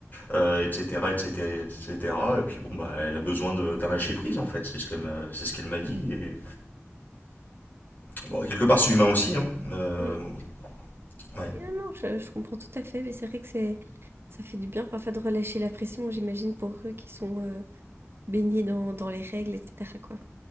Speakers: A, on the left; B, on the right.
A: euh, etc., etc., etc. Et cetera. Et puis bon, bah, elle a besoin de- d'un lâcher prise en fait, c'est ce qu'elle m'a, c'est ce qu'elle m'a dit. Et bon, quelque part, c'est humain aussi, hein. Euh,
B: ouais.
A: bon, ouais.
B: Mais Non, non, je, je comprends tout à fait, mais c'est vrai que c'est, ça fait du bien parfois de relâcher la pression, j'imagine, pour eux qui sont euh, baignés dans, dans les règles, etc., quoi.